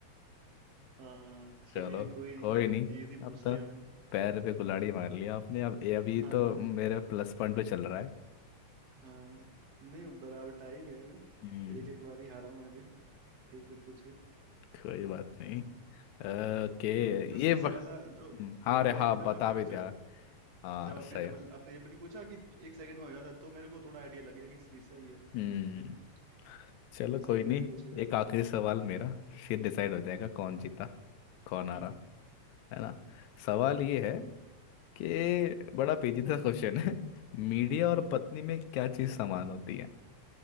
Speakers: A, on the right; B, on the left.
A: हाँ चलिए
B: चलो
A: कोई नहीं
B: हो ही नहीं
A: इजी
B: अब
A: पूछ
B: तो
A: लिया मैंने
B: पैर पे कुल्हाड़ी मार लिया आपने अब ये अभी
A: हाँ
B: तो
A: भाई
B: मेरा प्लस पॉइंट पे चल रहा
A: हाँ नहीं बराबर टाई है अभी
B: हम्म
A: एक एक बारी हारा हूं मैं अभी ठीक है पूछिए
B: कोई बात नहीं ओके
A: जो जो शीशे
B: ये ब...
A: वाला जो
B: हम्म, हाँ
A: जो वो
B: रे
A: पहेली
B: हाँ
A: था
B: बता
A: ना आपने
B: भी
A: पूछा
B: दिया हाँ
A: जब आपने
B: सही
A: डबल आपने ये भी नहीं पूछा कि एक सेकंड में हो जाता तो मेरे को थोड़ा आइडिया लग गया कि शीशा ही है
B: हम्म
A: <laughs>
B: चलो
A: चलिए
B: कोई नहीं
A: पूछिए
B: एक आखिरी सवाल मेरा फिर डिसाइड
A: हम्म
B: हो जाएगा कौन जीता कौन आ
A: हम्म
B: रहा है ना सवाल ये है
A: हम्म
B: कि बड़ा पेचीदा क्वेश्चन है <laughs> मीडिया
A: हम्म
B: और पत्नी में क्या चीज समान होती है